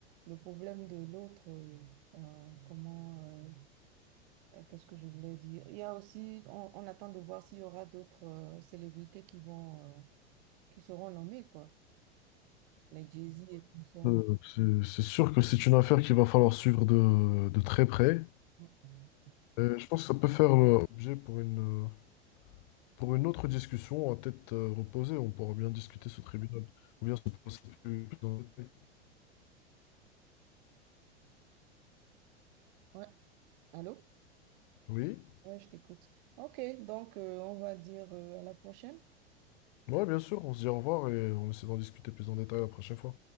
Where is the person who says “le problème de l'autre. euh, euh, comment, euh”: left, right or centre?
Right